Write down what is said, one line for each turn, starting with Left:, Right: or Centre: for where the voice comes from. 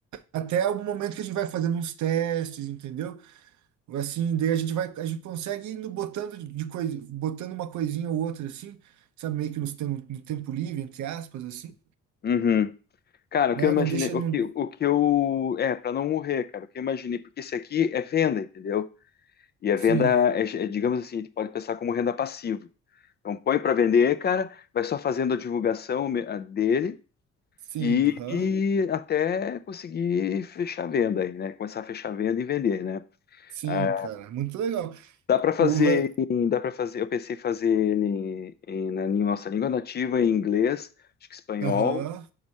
Right: Até o momento que a gente vai fazendo uns testes, entendeu? Assim, daí a gente vai, a gente consegue indo botando de coisa, botando uma coisinha ou outra assim, sabe, meio que nos tem- no tempo livre, entre aspas, assim,
Left: Uhum. Cara, o
Right: né?
Left: que eu imaginei,
Right: Não deixa,
Left: o
Right: não,
Left: que, o que eu, é, para não morrer, cara, o que eu imaginei, porque esse aqui é venda, entendeu? E a
Right: sim,
Left: venda é, é, digamos assim, a gente pode pensar como renda passiva. Então põe para vender, cara, vai só fazendo a divulgação me- a dele
Right: sim,
Left: e,
Right: aham,
Left: e até conseguir fechar a venda aí, né? Começar a fechar a venda e vender, né?
Right: sim,
Left: Ah,
Right: cara, muito legal.
Left: Dá para fazer,
Right: O la-
Left: em- dá para fazer. Eu pensei em fazer ele em, em- na nossa língua nativa, em inglês, acho que espanhol,
Right: aham,